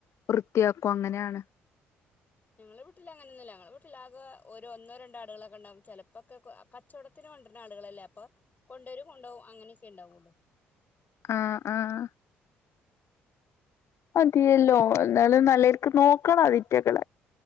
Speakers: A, on the left; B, on the left.
A: വൃത്തിയാക്കും അങ്ങനാണ്
B: ഞങ്ങളെ വീട്ടില് അങ്ങനൊന്നുല്ല ഞങ്ങള വീട്ട്ല് ആകോ ഒരു ഒന്നോ രണ്ടോ ആട്കളൊക്കെ ഇണ്ടാവും ചെലപ്പൊക്കെ കച്ചോടത്തിന് കൊണ്ടര്ണ ആട്കളല്ലെ അപ്പോ കൊണ്ടരും കൊണ്ടോവും അങ്ങനെക്കെ ഇണ്ടാവോള്ളൂ
A: ആ ആ മതിയല്ലോ എന്നാലും നല്ലെൽക്ക് നോക്കണം അതിറ്റകളെ